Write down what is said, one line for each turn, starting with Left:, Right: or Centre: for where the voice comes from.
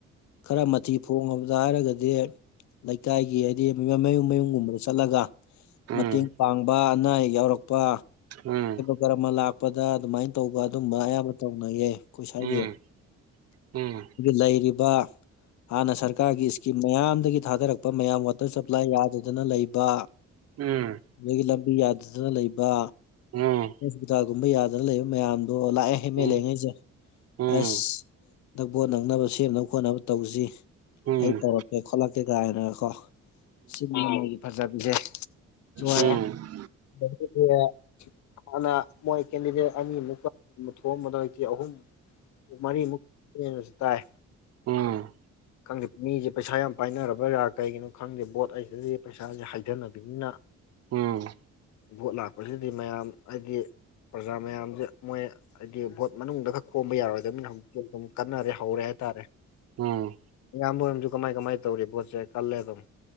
Left: ꯈꯔ ꯃꯊꯤ ꯐꯣꯡꯉꯕꯗ ꯍꯥꯏꯔꯒꯗꯤ ꯍꯥꯏꯗꯤ ꯂꯩꯀꯥꯏꯒꯤ ꯍꯥꯏꯗꯤ ꯃꯌꯨꯝ ꯃꯌꯨꯝꯒꯨꯝꯕꯗ ꯆꯠꯂꯒ
Right: ꯎꯝ
Left: ꯃꯇꯦꯡ ꯄꯥꯡꯕ ꯑꯅꯥ ꯑꯌꯦꯛ ꯌꯥꯎꯔꯛꯄ
Right: ꯎꯝ
Left: ꯀꯔꯝꯃꯥ ꯂꯥꯛꯄꯗ ꯑꯗꯨꯃꯥꯏꯅ ꯇꯧꯕ ꯑꯗꯨꯝꯕ ꯑꯌꯥꯝꯕ ꯇꯧꯅꯩꯌꯦ ꯑꯩꯈꯣꯏ ꯁꯋꯥꯏꯗꯤ
Right: ꯎꯝ ꯎꯝ
Left: ꯂꯩꯔꯤꯕ ꯍꯥꯟꯅ ꯁꯔꯀꯥꯔꯒꯤ ꯃꯌꯥꯝꯗꯒꯤ ꯊꯥꯗꯔꯛꯄ ꯃꯌꯥꯝ ꯋꯥꯇꯔ ꯁꯄ꯭ꯂꯥꯏ ꯌꯥꯗꯗꯅ ꯂꯩꯕ
Right: ꯎꯝ
Left: ꯑꯗꯥꯒꯤ ꯂꯝꯕꯤ ꯌꯥꯗꯗꯅ ꯂꯩꯕ
Right: ꯑꯣ
Left: ꯍꯣꯁꯄꯤꯇꯥꯜꯒꯨꯝꯕ ꯌꯥꯗꯅ ꯂꯩꯕ ꯃꯌꯥꯝꯗꯣ ꯂꯥꯛꯑꯦ ꯑꯦꯝ
Right: ꯎꯝ
Left: ꯑꯦꯜ ꯑꯦꯉꯩꯁꯦ
Right: ꯎꯝ
Left: ꯑꯁ ꯑꯝꯇ ꯚꯣꯠ ꯅꯪꯅꯕ ꯁꯦꯝꯅꯕ ꯈꯣꯠꯅꯕ ꯇꯧꯁꯤ
Right: ꯎꯝ
Left: ꯑꯩ ꯇꯧꯔꯛꯀꯦ ꯈꯣꯠꯂꯛꯀꯦ ꯍꯥꯏꯅꯒ ꯀꯣ ꯆꯤꯟ ꯐꯖꯥꯕꯤꯁꯦ ꯂꫭꯏꯔꯦ
Right: ꯎꯝ
Left: <unintelligible> ꯍꯥꯟꯅ ꯃꯣꯏ ꯀꯦꯟꯗꯤꯗꯦꯠ ꯑꯅꯤꯃꯨꯛꯀ ꯊꯣꯛꯑꯝꯕꯗ ꯍꯧꯖꯤꯛꯇꯤ ꯑꯍꯨꯝ ꯃꯔꯤꯃꯨꯛ ꯅꯦꯁꯨ ꯇꯥꯏ
Right: ꯎꯨꯝ
Left: ꯈꯪꯗꯦ ꯃꯤꯁꯦ ꯄꯩꯁꯥ ꯌꯥꯝ ꯄꯥꯏꯅꯔꯕ꯭ꯔꯥ ꯀꯩꯒꯤꯅꯣ ꯈꯪꯗꯦ ꯕꯣꯠ ꯑꯩꯁꯤꯗꯗꯤ ꯄꯩꯁꯥꯁꯦ ꯍꯥꯏꯊꯅꯕꯅꯤꯅ
Right: ꯎꯝ
Left: ꯚꯣꯠ ꯂꯥꯛꯄꯁꯤꯗꯤ ꯃꯌꯥꯝ ꯍꯥꯏꯗꯤ ꯄ꯭ꯔꯖꯥ ꯃꯌꯥꯝꯁꯦ ꯃꯣꯏ ꯍꯥꯏꯗꯤ ꯚꯣꯠ ꯃꯅꯨꯡꯗ ꯈꯔ ꯈꯣꯝꯕ ꯌꯥꯔꯣꯏꯗꯅꯤ ꯍꯧꯖꯤꯛꯇꯤ ꯑꯗꯨꯝ ꯀꯟꯅꯔꯦ ꯍꯧꯔꯦ ꯍꯥꯏꯇꯥꯔꯦ
Right: ꯎꯝ
Left: ꯏꯌꯥꯝꯕꯝꯁꯨ ꯀꯃꯥꯏ ꯀꯃꯥꯏ ꯇꯧꯔꯤ ꯄꯣꯠꯁꯦ ꯈꯜꯂꯦ ꯑꯗꯨꯝ